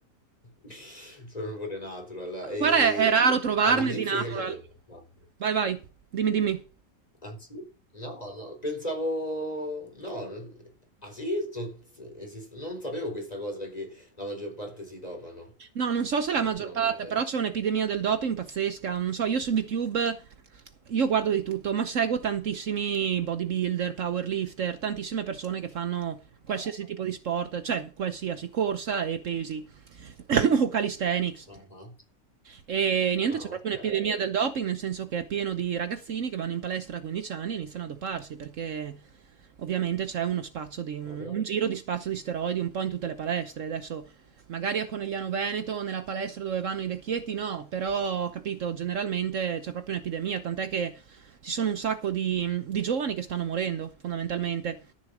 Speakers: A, on the left; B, on the right.
A: <laughs> Sono pure natural. E
B: Guarda, è, è raro trovarne
A: all'inizio
B: di natural.
A: io me ne no.
B: Vai, vai, dimmi, dimmi.
A: Ah, sì? No, no, pensavo no, non- ah sì? Sto- esiste- Non sapevo questa cosa che la maggior parte si dopano
B: No, non so se la
A: ultimamente.
B: maggior parte, però c'è un'epidemia del doping pazzesca. Non so, io su YouTube io guardo di tutto, ma seguo tantissimi bodybuilder, powerlifter, tantissime persone che fanno qualsiasi
A: Ah,
B: tipo di sport, cioè qualsiasi corsa e pesi <coughs> o calisthenics.
A: ah, ah,
B: E niente,
A: Ah,
B: c'è proprio
A: ok.
B: un'epidemia del doping, nel senso che è pieno di ragazzini che vanno in palestra a 15 anni e iniziano a doparsi, perché ovviamente c'è uno spazio di, un,
A: Ma però
B: un giro di spazio di steroidi un po' in tutte le palestre. Adesso magari a Conegliano Veneto, nella palestra dove vanno i vecchietti, no, però capito, generalmente c'è proprio un'epidemia, tant'è che ci sono un sacco di, di giovani che stanno morendo, fondamentalmente.